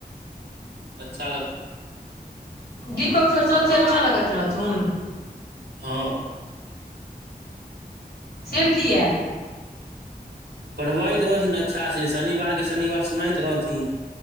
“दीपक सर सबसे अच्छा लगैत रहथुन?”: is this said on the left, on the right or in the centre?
Left